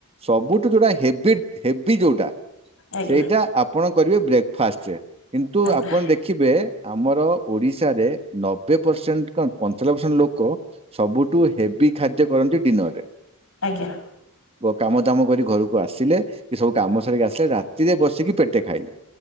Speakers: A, on the right; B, on the left.
A: ସବୁଠୁ ଯୋଉଟା ହେଭି ହେଭି ଯୋଉଟା।
B: ଆଜ୍ଞା
A: ସେଇଟା ଆପଣ କରିବେ ବ୍ରେକ୍ଫାଷ୍ଟରେ କିନ୍ତୁ
B: ଆଜ୍ଞା
A: ଆପଣ ଦେଖିବେ ଆମର ଓଡିଶାରେ ନବେ ପରସେଣ୍ଟ କଣ ପଞ୍ଚାନବେ ପରସେଣ୍ଟ ଲୋକ ସବୁଠୁ ହେଭି ଖାଦ୍ୟ କରନ୍ତି ଡିନର ରେ।
B: ଆଜ୍ଞା।
A: କାମ ଦାମ କରି ଘରକୁ ଆସିଲେଏ ସବୁ କାମ ସାରିକି ଆସିଲେ ରାତିରେ ବସିକି ପେଟେ ଖାଇଲେ।